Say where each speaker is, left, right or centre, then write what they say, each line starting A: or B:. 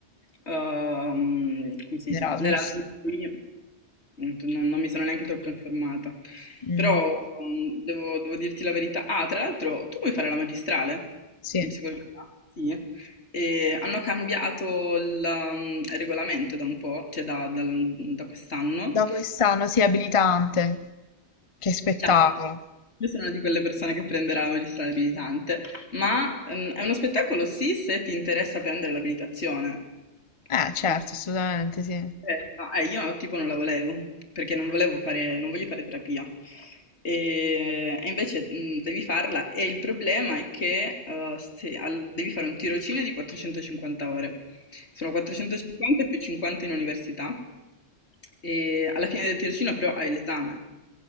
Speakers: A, on the left; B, on the left.
A: ehm, come si
B: L'Erasmus.
A: dice? L'Erasmus qui, mm, non, non mi sono neanche troppo informata.
B: Mm,
A: Però mm, devo, devo dirti la verità. Ah, tra l'altro, tu vuoi fare la magistrale
B: sì.
A: in psicologia? Sì. E hanno cambiato il mm, regolamento da un po', cioè da, dal- da quest'anno.
B: Da quest'anno, sì, abilitante. Che spettacolo.
A: Ciao. Io sono una di quelle persone che prenderà la magistrale abilitante, ma mm, è uno spettacolo sì se ti interessa prendere l'abilitazione.
B: Eh, certo,
A: Ti
B: assolutamente, sì. Eh,
A: interessa? Eh, io tipo non la volevo, perché non volevo fare, non voglio fare terapia. E, e invece mm, devi farla e il problema è che eh, se al- devi fare un tirocinio di 450 ore. Sono 450 più 50 in università e alla fine del tirocinio però hai l'esame.